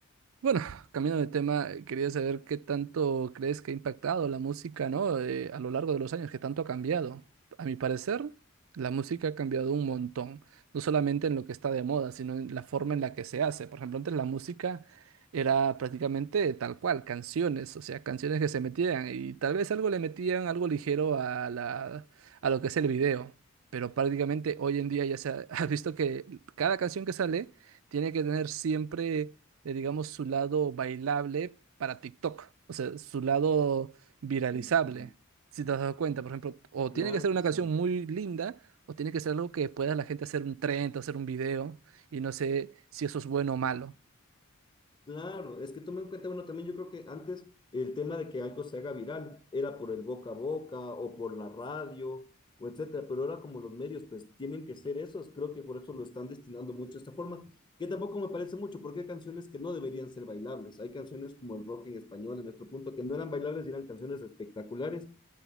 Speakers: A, on the right; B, on the left.
A: Bueno, cambiando de tema, eh, quería saber qué tanto crees que ha impactado la música, ¿no? Eh, a lo largo de los años, qué tanto ha cambiado. A mi parecer, la música ha cambiado un montón, no solamente en lo que está de moda, sino en la forma en la que se hace. Por ejemplo, antes la música era prácticamente tal cual, canciones, o sea, canciones que se metían y tal vez algo le metían, algo ligero a la, a lo que es el video. Pero prácticamente hoy en día ya se ha, <laughs> has visto que cada canción que sale tiene que tener siempre, eh, digamos, su lado bailable para TikTok, o sea, su lado viralizable.
B: Ujú,
A: Si te has dado cuenta, por ejemplo, o
B: Claro
A: tiene que ser
B: que
A: una
B: sí.
A: canción muy linda, o tiene que ser algo que pueda la gente hacer un trend, hacer un video, y no sé si eso es bueno o malo.
B: Claro, es que toma en cuenta, bueno, también yo creo que antes el tema de que algo se haga viral era por el boca a boca o por la radio o etcétera, pero ahora como los medios pues tienen que ser esos, creo que por eso lo están destinando mucho a esta forma, que tampoco me parece mucho, porque hay canciones que no deberían ser bailables, hay canciones como el rock en español en nuestro punto que no eran bailables y eran canciones espectaculares